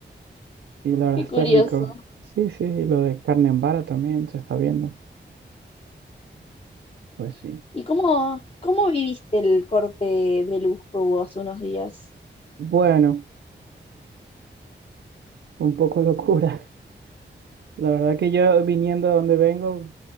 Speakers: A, on the right; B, on the left.
A: Y la verdad
B: Qué
A: está
B: curioso.
A: rico. Sí, sí, y lo de carne en vara también se está viendo. Pues sí.
B: ¿Y cómo, cómo viviste el corte de luz que hubo hace unos días?
A: Bueno, un poco locura. <laughs> La verdad que yo viniendo a donde vengo,